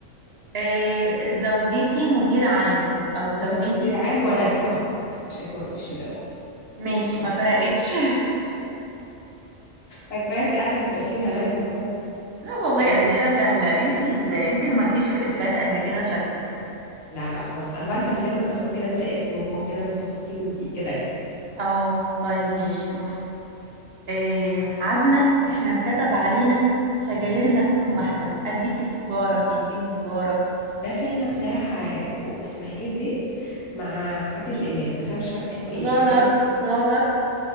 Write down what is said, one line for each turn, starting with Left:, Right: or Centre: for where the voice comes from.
Right: آآ، زوجتي مدير عام أو زوجتي
Left: مراتي مدير عام وانا
Right: آه،
Left: اعتبرها غلط عشان انت ما قلتيش في زوجتي
Right: ماشي
Left: انت قلتي مراتي
Right: ما فرقتش. <laughs>
Left: فكفايه انت قاعده بترخمي عليا من الصبح
Right: لا والله
Left: كملي
Right: أسئلة سهلة انت اللي انت اللي مالكيش في الإفيهات قد كده شكلك
Left: لا لا خالص انا بعرف الفيلم بس ممكن انسى اسمه وممكن انسى التفاصيل اللي فيه كده يعني
Right: اه طيب ماشي بصي إيه عبلة احنا انكتب علينا سجايرنا تكون واحدة اديكي سجارة تديني سجارة
Left: ده فيلم بتاع آه، اسمها ايه دي مع عادل امام بس انا مش فاكره اسمه ايه
Right: غلط
Left: الارهاب وال-
Right: غلط